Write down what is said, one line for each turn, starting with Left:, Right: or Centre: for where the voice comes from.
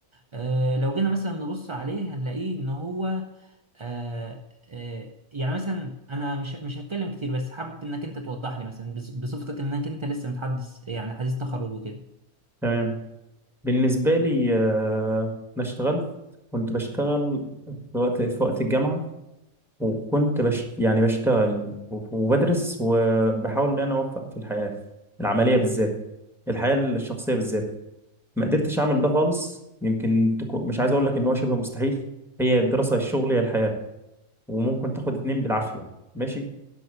Right: آه، لو جينا مثلا نبص عليه هنلاقيه ان هو آه، آه، يعني مثلا انا مش مش هتكلم كتير بس حابب انك انت توضح لي مثلا بص- بصفتك انك انت لسه متحدث يعني حديث تخرج وكده
Centre: تمام بالنسبه لي آه، انا اشتغلت كنت بشتغل في وقت في وقت الجامعه وكنت بش يعني بشتغل وبدرس وبحاول ان انا اوفق في الحياه العمليه بالذات الحياه الشخصيه بالذات ما قدرتش اعمل ده خالص يمكن تكون مش عايز اقول لك ان هو شبه مستحيل هي الدراسه الشغل هي الحياه وممكن تاخد اتنين بالعافيه ماشي